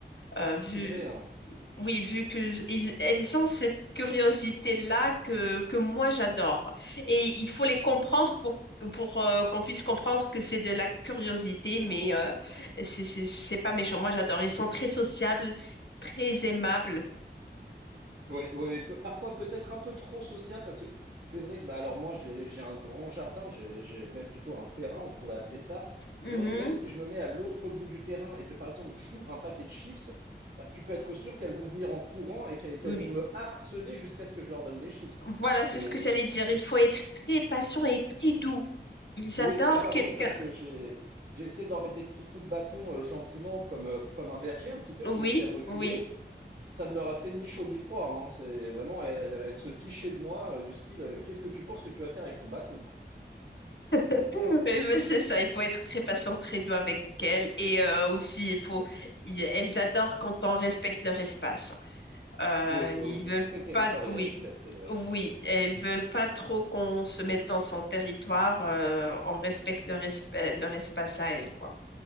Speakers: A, on the right; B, on the left.
A: Bah,
B: Euh, vu,
A: c'est vrai, hein.
B: oui, vu que ils- elles ont cette curiosité-là que, que moi j'adore. Et il faut les comprendre pour, pour euh, qu'on puisse comprendre que c'est de la curiosité, mais euh, c'est c'est- c'est pas méchant. Moi j'adore. Ils sont très sociables, très aimables.
A: Oui, oui, pe- parfois peut-être un peu trop social parce que c'est vrai que bah alors moi j'ai j'ai un grand jardin, j'ai j'ai même plutôt un terrain, on pourrait appeler ça.
B: Mhm.
A: C'est vrai que même si je me mets à l'autre bout du terrain et que par exemple j'ouvre un paquet de chips, bah tu peux être sûr qu'elles vont venir en courant et qu'elles qu'elles
B: Oui. oui.
A: vont me harceler jusqu'à ce que je leur donne des chips.
B: Voilà, c'est
A: C'est-
B: ce que j'allais
A: c'est-
B: dire. Il faut être très patient et très doux. Ils
A: Oui,
B: adorent
A: ah bah
B: quelqu'un.
A: oui parce que j'ai j'ai essayé de leur mettre des petits coups de bâton euh, gentiment comme euh, comme un berger un petit peu
B: Oui,
A: pour les faire reculer.
B: oui.
A: Ça ne leur a fait ni chaud ni froid, hein. C'est vraiment, elle, elle se fichait de moi, euh, du style, euh, qu'est-ce que tu penses que tu vas faire avec ton bâton, quoi.
B: <laughs> Eh ben, c'est ça, il faut être très patient, très doux avec elles. Et euh, aussi, il faut, il- elles adorent quand on respecte leur espace. Euh,
A: Oui, oui,
B: ils
A: oui, c'est
B: veulent
A: très territorial,
B: pas, oui,
A: une chèvre, c'est vrai.
B: oui,
A: oui.
B: elles veulent pas trop qu'on se mette dans son territoire. euh, on respecte leur, esp- leur espace à elles, quoi.